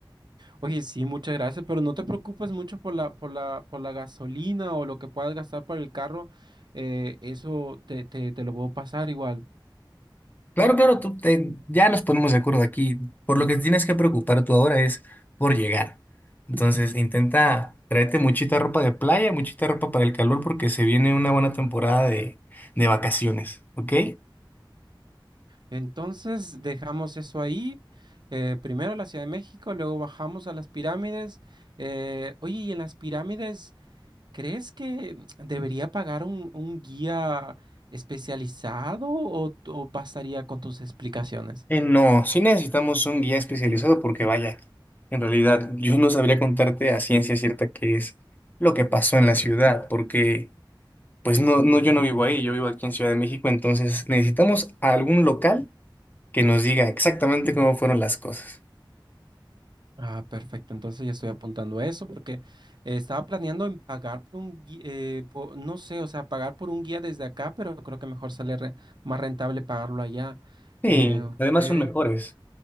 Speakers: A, on the right (about 60°); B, on the left (about 20°).
A: Oye, sí, muchas gracias, pero no te preocupes mucho por la, por la, por la gasolina o lo que puedas gastar para el carro. eh, eso te, te, te lo puedo pasar igual.
B: Claro, claro, tú te- ya nos ponemos de acuerdo aquí. Por lo que tienes que preocupar tú ahora es por llegar. Entonces, intenta tráete muchita ropa de playa, muchita ropa para el calor, porque se viene una buena temporada de, de vacaciones, ¿ok?
A: Entonces dejamos eso ahí. eh, primero la Ciudad de México, luego bajamos a las pirámides. eh, oye, y en las pirámides, ¿crees que <tsk> debería pagar un, un guía especializado o, o bastaría con tus explicaciones?
B: Eh, no, sí necesitamos un guía especializado porque vaya, en realidad yo no sabría contarte a ciencia cierta qué es lo que pasó en la ciudad, porque pues no, no, yo no vivo ahí, yo vivo aquí en Ciudad de México, entonces necesitamos a algún local que nos diga exactamente cómo fueron las cosas.
A: Ah, perfecto. Entonces ya estoy apuntando a eso porque eh, estaba planeando en pagar por un guía, no sé, o sea, pagar por un guía desde acá, pero creo que mejor sale re- más rentable pagarlo allá.
B: Sí,
A: Eh, ok.
B: además son mejores.